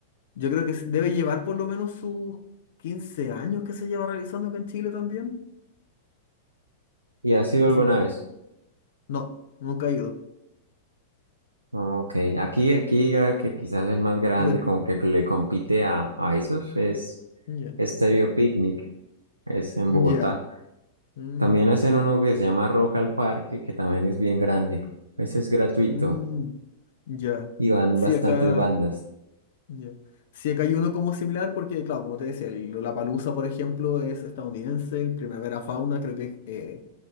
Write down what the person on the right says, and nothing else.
¿y has ido
alguna
vez?
Ah, Ok, aquí, aquí ya que quizás el más grande
como
que le compite a, a esos es
Stereo Picnic, es en
Bogotá.
También hacen uno que se llama Rock al Parque, que también es bien grande. Ese es gratuito
y van
bastantes
bandas.